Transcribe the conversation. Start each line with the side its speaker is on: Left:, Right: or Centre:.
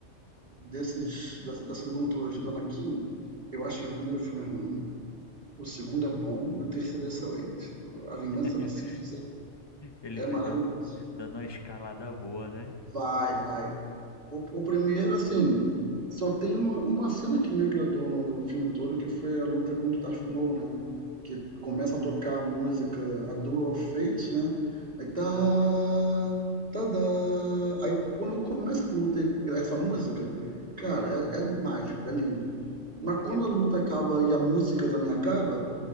Right: desses, dessa, dessa segunda trilogia do Anakin, eu acho que o primeiro filme é ruim, o segundo é bom e o terceiro é excelente. O- A Vingança
Left: <laughs>
Right: dos Sith
Left: Ele
Right: é,
Left: vai
Right: é maravilhoso.
Left: dando, dando uma escalada boa, né?
Right: Vai, vai. O, o primeiro, assim, só tem uma, uma cena que me agradou no filme todo, que foi a luta contra o Darth Maul, né? Que começa a tocar a música, a Duel of Fates, né? Aí tá. Tadá. Aí quando começa a luta, e essa música, cara, é, é mágico, é lindo. Mas
Left: E
Right: quando
Left: é-
Right: a luta acaba e a música também acaba,